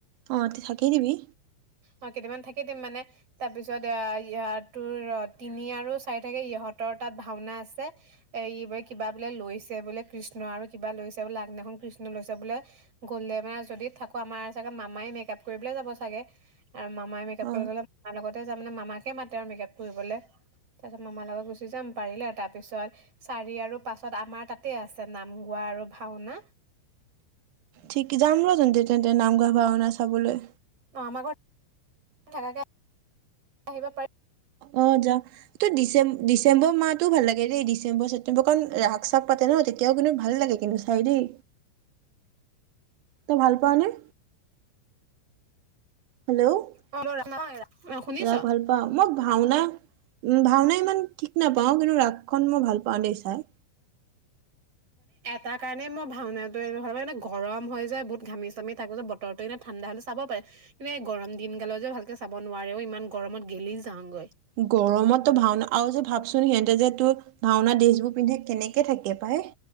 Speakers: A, on the right; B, on the right.
A: অ ত থাকি ই দিবি
B: অ কেইটামান থাকি দিম মানে তাৰপিছত ই তোৰ তিনি আৰু চাৰি থাকে ইহঁতৰ তাত ভাওনা আছে এই বোলে কিবা বোলে লৈছে বোলে কৃষ্ণ আৰু কিবা লৈছে বোলে আগদিনাখন কৃষ্ণ লৈছে বোলে। গলে মানে যদি থাকো আমাৰ চাগে মামাই মেকআপ কৰিবলে যাব চাগে আৰু মামাই মেকআপ
A: অ
B: কৰিবলে মামাৰ লগতে যাম মানে মামাকে মাতে আৰু মেকআপ কৰিবলৈ তাৰপিছত মামাৰ লগত গুচি যাম পাৰিলে আৰু তাৰপিছত চাৰি আৰু পাছত আমাৰ তাতে আছে নাম গোৱা আৰু ভাওনা।
A: ঠিক যাম ৰ তেন্তে তেন্তে নামঘৰ ভাওনা চাবলৈ।
B: অঁ আমাৰ ঘৰত থাকাকে আহিব পাৰিবি
A: অ যা ত ডিচেম্ব ডিচেম্বৰ মাহতো ভাল লাগে দেই ডিচেম্বৰ ছেপ্তেম্বৰ কাৰণ ৰাস চাগ পাতে ন তেতিয়াও কিন্তু ভাল লাগে কিন্তু চাই দেই তই ভাল পাও নে? হেল্ল'
B: অ শুনিছ
A: ৰাস ভাল পা মোক ভাওনা উ ভাওনা ইমান ঠিক নাপাওঁ কিন্তু ৰাস খন মই ভাল পাওঁ। পাও দেই চাই।
B: তাৰ কাৰণেই মই ভাওনাটো ভাল পাওঁ মানে গৰম হৈ যায় বহুত ঘামি চামি থাকো যে বতৰটো এনেই ঠাণ্ডা হ'লে চাব পাৰে কিন্তু এই গৰম দিন গালে যে ভালকৈ চাব নোৱাৰেও ইমান গৰমত গেলি যাওঁগৈ।
A: গৰমতো ভাওনা আৰু যে ভাবচোন সিহঁতে যে তোৰ ভাওনা দি পিন্ধে কেনেকে থাকে পায়।